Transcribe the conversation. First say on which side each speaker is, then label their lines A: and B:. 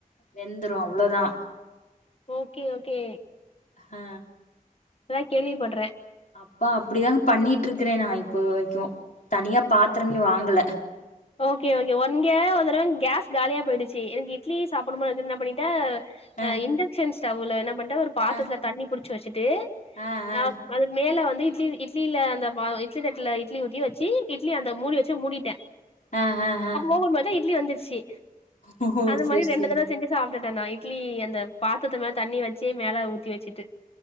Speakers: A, on the left; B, on the left.
A: வெந்துரு அவ்ளோதா
B: ஓகே ஓகே
A: அ
B: இப்ப தா கேள்விப்பட்றே
A: அப்பா அப்பிடிதாங்க பண்ணிட்ருக்கறே நா இப்ப வரைக்கு தனியா பாத்தரமே வாங்கல
B: ஓகே ஓகே ஒ இங்க ஒரு தடவ கேஸ் காலியா போய்டுச்சி எனக்கு இட்லி சாப்பட்ணு போலருக்குன் என்னா பண்ணிட்டே
A: ஆ
B: அ இண்டக்ஷன் ஸ்டவ்வுல என்ன பண் ட்டே ஒரே ஒரு பாத்தர்த்துல
A: ஆ
B: தண்ணி புடிச்சி வச்சிட்டு
A: ஆ ஆ
B: அப் அதுக் மேல வந்து இட்லி இட்லில அந்த பா இட்லி தட்டுல இட்லி ஊத்தி வச்சி இட்லி அந்த மூடி வச்சி மூடிட்டே
A: ஆ ஆ அ
B: பொக வரும்போது இட்லி வெந்துருச்சி
A: ஓஹோ
B: அது
A: சேரி
B: மாரி ரெண்டு
A: சேரி
B: தடவ் செஞ்சி சாப்ட்டுட்டே நா இட்லி அந்த பாத்தர்த்து மேல தண்ணி வச்சி மேல ஊத்தி வச்சிட்டு